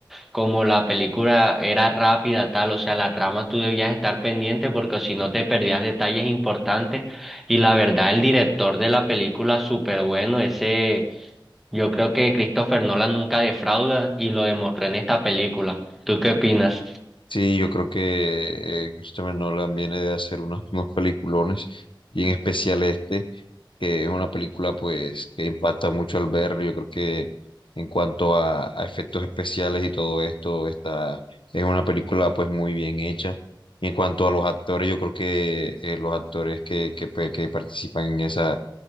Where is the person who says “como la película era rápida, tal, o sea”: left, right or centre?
Centre